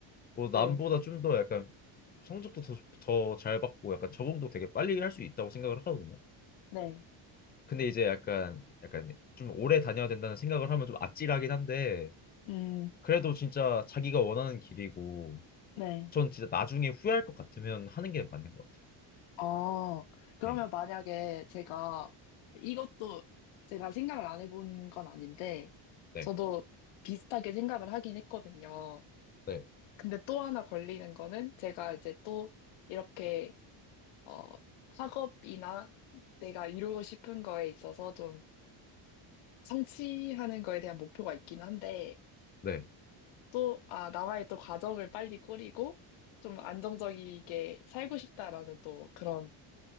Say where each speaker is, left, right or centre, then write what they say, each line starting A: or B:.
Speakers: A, on the left; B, on the left.
A: 뭐 남보다
B: 네,
A: 좀 더 약간 성적도 더 잘 받고 약간 적응도 되게 빨리 할 수 있다고 생각을 하거든요.
B: 네,
A: 근데 이제 약간 약간 좀 오래 다녀야 된다는 생각을 하면 좀 아찔하긴 한데
B: 음,
A: 그래도 진짜 자기가 원하는 길이고
B: 네.
A: 전 진짜 나중에 후회할 것 같으면 하는 게 맞는 것 같아요.
B: 어, 그러면
A: 예.
B: 만약에 제가 이것도 제가 생각을 안 해본 건 아닌데,
A: 네.
B: 저도 비슷하게 생각을 하긴 했거든요.
A: 네.
B: 근데 또 하나 걸리는 거는 제가 이제 또 이렇게, 어, 학업이나 내가 이루고 싶은 거에 있어서 좀 성취하는 거에 대한 목표가 있긴 한데,
A: 네.
B: 또, 아, 나와의 또 과정을 빨리 꾸리고 좀 안정적이게 살고 싶다라는 또 그런,